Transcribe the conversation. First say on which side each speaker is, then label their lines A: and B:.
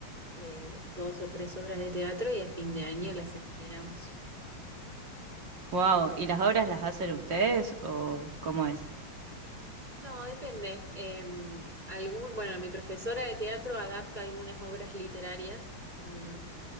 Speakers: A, on the right; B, on the right.
A: eh, dos o tres obras de teatro y a fin de año las estrenamos.
B: wow, ¿y las obras las hacen ustedes o cómo es?
A: No, depende. Em, algún, bueno, mi profesora de teatro adapta algunas obras literarias y,